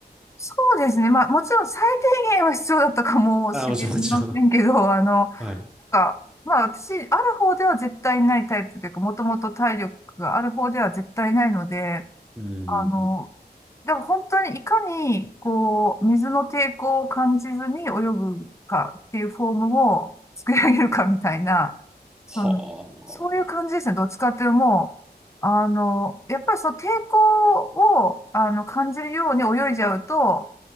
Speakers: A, on the left; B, in the centre.
A: そうですね。まあ、もちろん最低限は必要だったかもしれませんけど、
B: ああ、もちろん、もちろん。
A: あの、なんか、
B: はい。
A: まあ、私、ある方では絶対ないタイプというか、もともと体力がある方では絶対ないので、
B: うん。
A: あの、でも本当にいかに、こう、水の抵抗を感じずに泳ぐかっていうフォームを作り上げるかみたいな、その、
B: はあ。
A: そういう感じですね。どっちかっていうともう、あの、やっぱりその抵抗を、あの、感じるように泳いじゃうと、